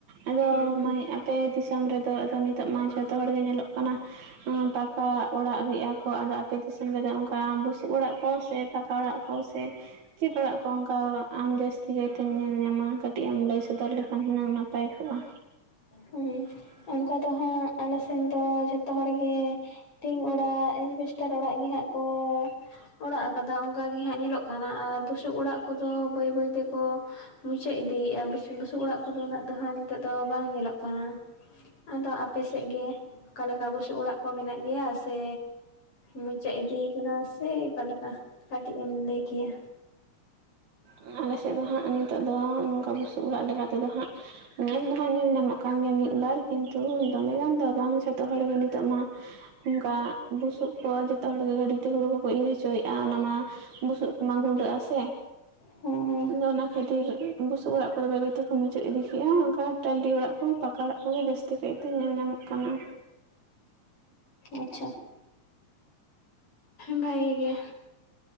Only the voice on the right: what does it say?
ᱟᱫᱚ
ᱢᱟᱹᱭ ᱟᱯᱮ ᱫᱤᱥᱚᱢ ᱨᱮᱫᱚ ᱟᱫᱚ ᱱᱤᱛᱚᱜ ᱢᱟ ᱡᱷᱚᱛᱚ ᱦᱚᱲᱜᱮ ᱧᱮᱞᱚᱜ ᱠᱟᱱᱟ ᱯᱟᱠᱟ ᱚᱲᱟᱜ ᱜᱮᱼᱟ ᱠᱚ ᱟᱫᱚ ᱟᱯᱮ ᱫᱤᱥᱚᱢ ᱨᱮᱫᱚ ᱚᱱᱠᱟ ᱠᱟ ᱵᱩᱥᱩᱵ ᱚᱲᱟᱜ ᱠᱚ ᱥᱮ ᱯᱟᱠᱟ ᱚᱲᱟᱜ ᱠᱚ ᱥᱮ ᱪᱮᱫ ᱚᱲᱟᱜ ᱠᱚ ᱚᱱᱠᱟ ᱟᱢ ᱡᱟᱹᱥᱛᱤ ᱛᱤᱠᱟᱹᱭᱛᱮᱢ ᱧᱮᱞ ᱧᱟᱢᱟ ᱠᱟᱹᱴᱤᱡ ᱮᱢ ᱞᱟᱹᱭ ᱥᱚᱫᱚᱨ ᱞᱮᱠᱷᱟᱱ ᱦᱩᱱᱟᱹᱝ ᱱᱟᱯᱟᱭ ᱠᱚᱜᱼᱟ
ᱟᱞᱮ ᱥᱮᱫ ᱫᱚ ᱦᱟᱸᱜ ᱱᱤᱛᱚᱜ ᱫᱚ ᱱᱚᱝᱠᱟ ᱵᱩᱥᱩᱵ ᱚᱲᱟᱜ ᱞᱮᱠᱟᱛᱮᱫᱚ ᱦᱟᱸᱜ ᱱᱮᱥᱫᱚ ᱦᱟᱸᱜ ᱧᱮᱞ ᱧᱟᱢᱚᱜ ᱠᱟᱱ ᱜᱮᱭᱟ ᱢᱤᱫᱵᱟᱨ ᱠᱤᱱᱛᱩ ᱫᱚᱢᱮ ᱜᱟᱱ ᱫᱚ ᱵᱟᱝ ᱡᱷᱚᱛᱚ ᱦᱚᱲᱜᱮ ᱱᱤᱛᱚᱜ ᱢᱟ ᱚᱱᱠᱟ ᱵᱩᱥᱩᱵ ᱠᱚ ᱡᱚᱛᱚ ᱦᱚᱲ ᱜᱮ ᱜᱟᱹᱰᱤᱛᱮ ᱦᱩᱲᱩ ᱠᱚᱠᱚ ᱤᱨ ᱚᱪᱚᱭᱮᱜᱼᱟ ᱚᱱᱟ ᱢᱟ ᱵᱩᱥᱩᱵ ᱠᱚᱢᱟ ᱜᱩᱸᱰᱟᱹᱜᱼᱟ ᱥᱮ
ᱟᱫᱚ ᱚᱱᱟ ᱠᱷᱟᱹᱛᱤᱨ ᱵᱩᱥᱩᱵ ᱚᱲᱟᱜ ᱠᱚᱫᱚ ᱵᱟᱹᱭ ᱛᱮᱠᱚ ᱢᱩᱪᱟᱹᱫ ᱤᱫᱤ ᱠᱮᱫᱮᱜᱼᱟ ᱚᱱᱠᱟ ᱴᱟᱞᱤ ᱚᱲᱟᱜ ᱠᱚ ᱯᱟᱠᱟ ᱚᱲᱟᱜ ᱠᱚᱜᱮ ᱡᱟᱹᱛᱤᱜᱼᱟ ᱡᱟᱹᱛᱤ ᱠᱟᱹᱡ ᱫᱚ ᱧᱮᱞ ᱧᱟᱢᱚᱜ ᱠᱟᱱᱟ <unintelligible>